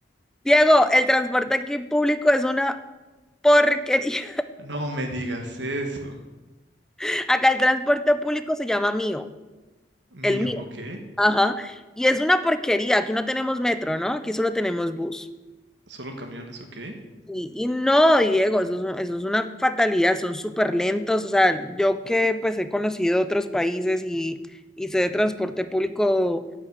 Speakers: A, in the centre; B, on the right.
A: Diego, el transporte aquí público es una porquería.
B: No me digas eso.
A: <laughs> Acá el transporte público se llama mío,
B: Mío,
A: el mío.
B: ok.
A: Ajá. Y es una porquería. Aquí no tenemos metro, ¿no? Aquí solo tenemos bus.
B: Solo camiones, ok.
A: Y, y no, Diego, eso es, eso es una fatalidad, son súper lentos. O sea, yo que pues he conocido otros países y, y sé de transporte público,